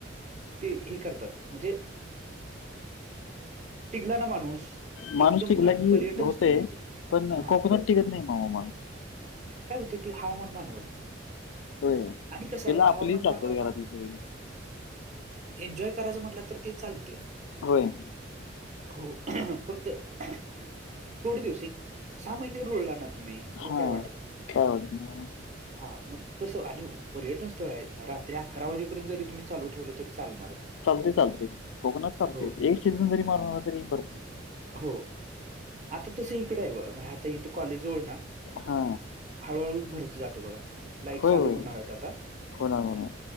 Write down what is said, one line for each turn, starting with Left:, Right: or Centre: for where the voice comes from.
Right: ते हे करतात म्हणजे टिकला ना माणूस
Left: माणूस
Right: एकदम
Left: टिकला
Right: कारण
Left: की
Right: पर्यटन
Left: होतंय
Right: स्थळ आहे ते
Left: पण
Right: हा
Left: कोकणात
Right: प
Left: टीकतं नाही माव मग
Right: काय होते ते हवामान मानवत नाही
Left: होय
Right: आणि कसं
Left: त्याला
Right: आहे
Left: आपलीच
Right: हवामान
Left: लागतात
Right: मानवायला.
Left: घरातली सगळी
Right: अ एन्जॉय करायचं म्हटलं तर ते चालतं.
Left: होय.
Right: हो फक्त तर थोडे दिवस एक सहा महिने रुळला ना तुम्ही
Left: हा
Right: मग काय वाटत नाही.
Left: काय वाट.
Right: हा मग तसं आणि पर्यटन स्थळ आहेत ना रात्री अकरा वाजेपर्यंत जरी तुम्ही चालू ठेवलं तरी चालणार. तिथे
Left: चालते चालते कोकनात चालते
Right: हो
Left: एक सीझन जरी मारला ना तरी बर.
Right: हो आता तस इकडं आहे ब आता इथ कॉलेज जवळ ना.
Left: हा.
Right: हळूहळू भरत जाते बघा ते लाईट
Left: होय
Right: चालू
Left: होय
Right: होणार आहेत आता
Left: होणार होणार